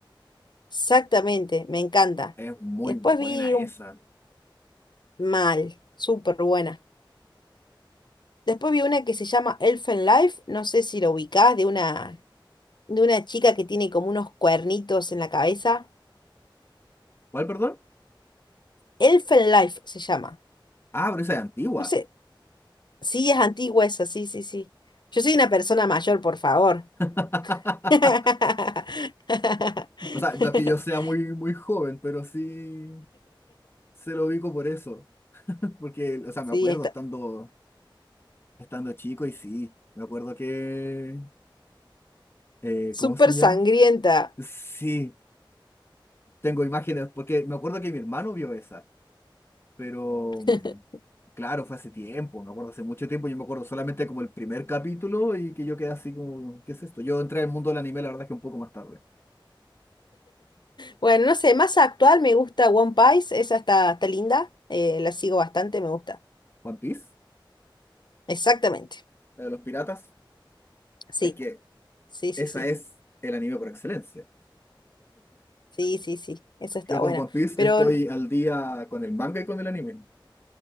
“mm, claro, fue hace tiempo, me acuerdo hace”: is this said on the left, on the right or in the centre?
Left